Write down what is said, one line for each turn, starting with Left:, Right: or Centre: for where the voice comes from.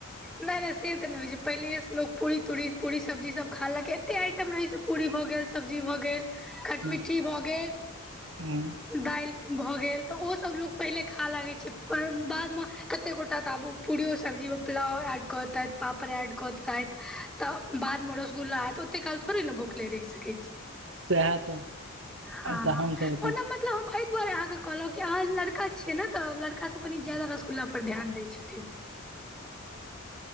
Centre: नय नय से तऽ नय होइ छै पहिलैये लोक पूड़ी तूरी पूड़ी सब्जी सब खा लेलक एते आइटम रहै छै। पूड़ी भऽ गेल सब्जी भऽ गेल खट्टी-मीठी
Right: हुँ
Centre: भऽ गेल
Right: हुँ
Centre: दालि भऽ गेल तऽ ओसभ लोक पहिले खा लागै छै बाद मे एते गोटा तऽ आब ओ पूड़ीयो सब्जी मे पुलाव ऐड कऽ देतैथ पापड़ ऐड कऽ देतैथ तऽ बादमे रसगुल्ला आएत ओत एते काल थोड़े ने भूखले रहि सकै छी
Right: सएह तऽ
Centre: हाँ
Right: तऽ हमसभ
Centre: ओना मे मतलब हम एहि दुआरे अहाँकेँ कहलौं कि अहाँ लड़का छियै ने तऽ लड़का सब कनी ज्यादा रसगुल्ला पर ध्यान दै छै।